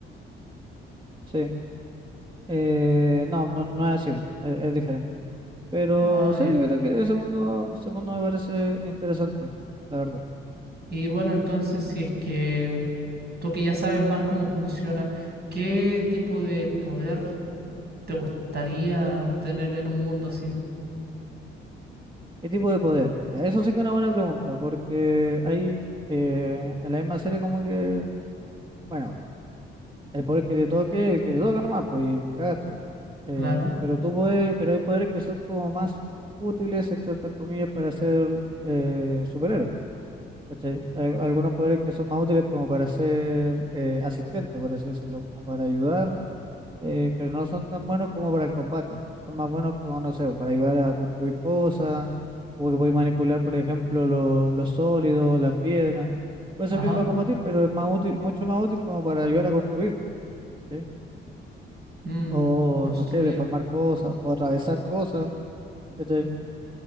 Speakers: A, on the right; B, on the right.
A: Sí. Eh, no, no, no es así. bo, Es, es diferente. Pero
B: Ah,
A: sí,
B: ya.
A: yo creo que ese mundo, ese mundo me parece interesante, la verdad.
B: Y bueno, entonces, si es que tú que ya sabes más cómo funciona, ¿qué tipo de poder te gustaría tener en un mundo así?
A: ¿Qué tipo de poder? Ya, eso sí que es una buena pregunta, porque hay eh, en la misma serie como que, bueno, el poder que te toque, el que te toca nomás, pues y cagaste. Eh,
B: Claro,
A: pero tú puedes, pero hay poderes que son como más útiles, entre otras comillas, para ser eh, superhéroe. ¿cachai? Al- algunos poderes que son más útiles como para ser eh, asistente, por así decirlo, como para ayudar, eh, pero no son tan buenos como para el combate. Son más buenos como, no sé, para ayudar a construir cosas, o que podéis manipular, por ejemplo, lo- los sólidos, las piedras. Puede
B: ajá,
A: servir para combatir, pero es más útil, mucho más útil como para ayudar a construir, ¿cachai?
B: mm,
A: O,
B: construir,
A: no sé, deformar cosas, o atravesar cosas, ¿cachai?